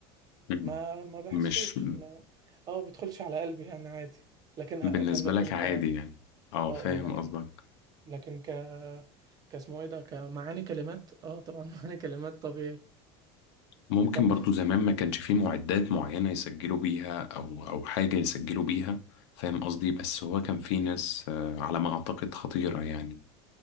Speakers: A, on the left; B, on the right.
A: مم.
B: ما ما بحسوش
A: مش
B: ما اه ما بيدخلش على قلبي يعني عادي لكن ه-
A: بالنسبه
B: كان لكن
A: لك عادي
B: ك اه
A: يعني اه
B: اه
A: فاهم
B: لكن
A: قصدك
B: لكن ك كاسمه ايه ده كمعاني كلمات اه طبعا <laughs> معاني كلمات طبيعي
A: ممكن
B: تحفة
A: برضو زمان ما كانش فيه معدات معينة يسجلوا بيها أو أو حاجة يسجلوا بيها فاهم قصدي بس هو كان فيه ناس آه، على ما أعتقد خطيرة يعني